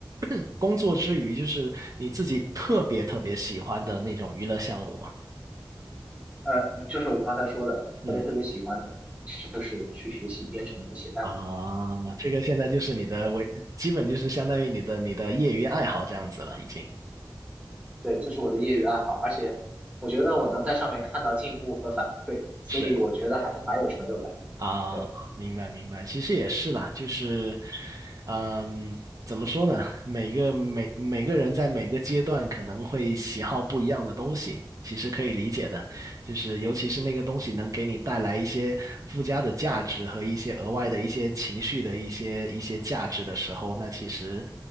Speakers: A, on the right; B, on the right.
A: <clears throat> 工作之余，就是你自己特别特别喜欢的那种娱乐项目吗？
B: 呃，呃就是我刚才说的，
A: 嗯
B: 特别特别喜欢的，就是去学习编程和写代码。
A: 啊，那这个现在就是你的为，基本就是相当于你的你的业余爱好这样子了，已经。
B: 对，这是我的业余爱好，而且我觉得我能在上面看到进步和反馈，所以我觉得还是蛮有成就感的。
A: 是。啊，
B: 对，
A: 明白明白，其实也是啦，就是，嗯，怎么说呢？每个每每个人在每个阶段可能会喜好不一样的东西，其实可以理解的。就是尤其是那个东西能给你带来一些附加的价值和一些额外的一些情绪的一些一些价值的时候，那其实